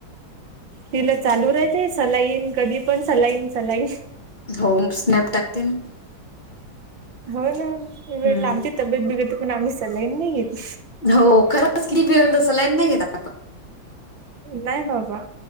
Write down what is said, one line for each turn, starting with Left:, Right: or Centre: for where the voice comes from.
Right: तिला चालू राहतेय सलाईन कधी पण सलाईन सलाईन
Left: हो स्नॅप टाकते ना.
Right: हो ना म भेटलं
Left: हम्म.
Right: आमची तब्येत बिघडते पण आम्ही सल्लाईन नाही घेत
Left: हो खरं. कि बिघडल तरी सलायन नाही घ
Right: नाही बाबा